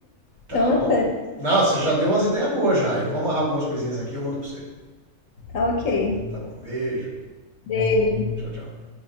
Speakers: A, on the right (about 60°); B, on the left (about 60°).
A: Tá
B: Então
A: bom?
B: até.
A: Não, você já deu umas ideias boas já. Eu vou amarrar algumas coisinhas aqui e eu mando pra você.
B: Tá ok.
A: Tá bom. Beijo.
B: Beijo.
A: Tchau, tchau.